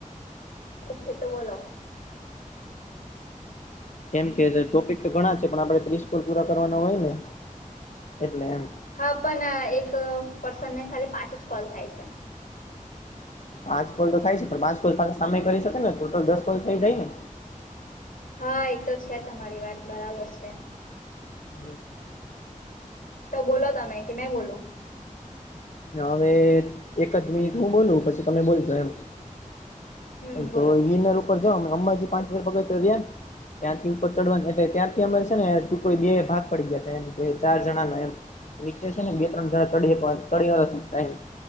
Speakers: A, on the left; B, on the left.
A: ઓકે તો બોલો?
B: કેમ કે ટોપિક તો ઘણા છે પણ આપણે ત્રીસકોલ પૂરા કરવાના હોય ને એટલે એમ.
A: હા પણ એક પર્સન ને ખાલી પાંચ જ કોલ થાય છે.
B: પાંચ કોલ તો થાય છે પણ પાંચ કોલ ખા સામેય કરી શકે ને ટોટલ દસ કોલ થઈ જાય ને.
A: હા એ તો છે તમારી વાત બરાબર છે.
B: <inaudible>
A: તો બોલો તમે કે મેં બોલુ?
B: હવે એક જ મિનિટ હું બોલું પછી તમે બોલજો એમ.
A: હમ બોલો
B: તો ગિનાર ઉપર જા અમ્બજી પાંચ હજાર પગાવતા ત્યાં ત્યાંથી ઉપર ચડવાનું એટલે ત્યાંથી અમારે છે ને ટૂંક બે ભાગ પડી ગયા હતા એમ કે ચાર જણા ન એમ. નીચે છે ને બે ત્રણ જણા ચડી ચડીને ટાઈમ